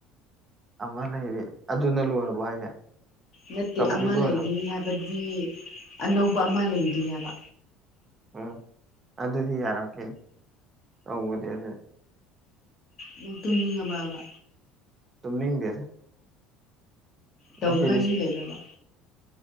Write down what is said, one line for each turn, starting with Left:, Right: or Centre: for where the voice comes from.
Right: ꯑꯃ ꯂꯩꯔꯤ ꯑꯗꯨꯅ ꯂꯣꯏꯔꯕꯣ ꯍꯥꯏꯁꯦ
Left: ꯅꯠꯇꯦ
Right: ꯀꯝꯄ꯭ꯂꯤꯠ
Left: ꯑꯃ
Right: ꯑꯣꯏꯔꯕ
Left: ꯂꯩꯔꯤ ꯍꯥꯏꯕꯗꯤ ꯑꯅꯧꯕ ꯑꯃ ꯂꯩꯔꯤ ꯍꯥꯢꯕ
Right: ꯎꯝ ꯑꯗꯨꯗꯤ ꯌꯥꯔꯝꯈꯤꯅꯤ ꯇꯧꯕꯗꯤ ꯑꯗꯨꯗꯤ
Left: ꯅꯪ ꯇꯨꯝꯅꯤꯡꯉꯕꯕ
Right: ꯇꯨꯝꯅꯤꯡꯗꯦꯗ
Left: ꯇꯧꯅꯉꯥꯏ
Right: ꯉꯁꯤꯗꯤꯁ
Left: ꯃꯤ ꯂꯩꯕ꯭ꯔꯕ